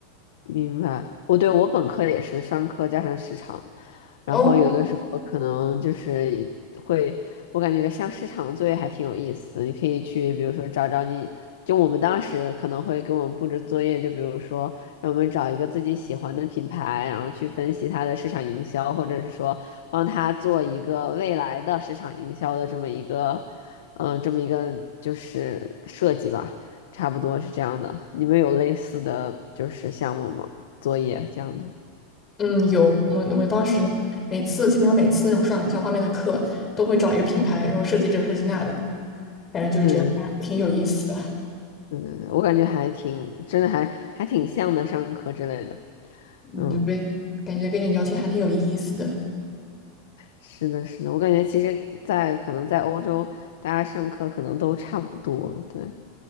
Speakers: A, on the left; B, on the left.
A: 明白，我对我本科也是商科加上市场，然后有的时候可能就是
B: 哦，
A: 会，我感觉像市场的作业还挺有意思的，你可以去比如说找找你，就我们当时可能会给我们布置作业，就比如说让我们找一个自己喜欢的品牌，然后去分析它的市场营销，或者是说帮他做一个未来的市场营销的这么一个，呃，这么一个就是设计吧。差不多是这样的。你们有类似的就是项目吗？作业这样的？
B: 嗯，有我们我们当时每次基本上每次那种市场营销方面的课都会找一个品牌，然后设计这设计那的，反正就是这样，
A: 对对
B: 挺有意思的。
A: 对对对对，我感觉还挺，真的还还挺像的，上课之类的。
B: 嗯，
A: 嗯，
B: 对，感觉跟你聊天还挺有意思的。
A: 是的，是的，我感觉其实在，可能在欧洲，大家上课可能都差不多。对，